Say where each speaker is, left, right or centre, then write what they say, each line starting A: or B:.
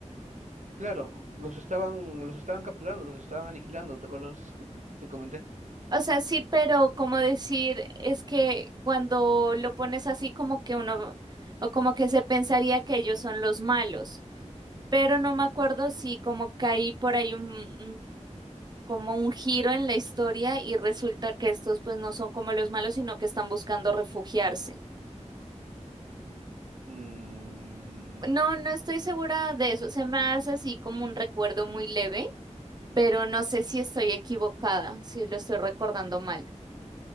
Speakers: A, on the right (about 75°); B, on the right (about 35°).
A: Claro, los estaban, los estaban capturando, los estaban aniquilando, ¿te acuerdas que te te comenté?
B: O sea, sí, pero como decir, es que cuando lo pones así como que uno, o como que se pensaría que ellos son los malos. Pero no me acuerdo si como que hay por ahí un, como un giro en la historia y resulta que estos pues no son como los malos, sino que están buscando refugiarse.
A: Mm,
B: No, no estoy segura de eso. Se me hace así como un recuerdo muy leve, pero no sé si estoy equivocada, si lo estoy recordando mal.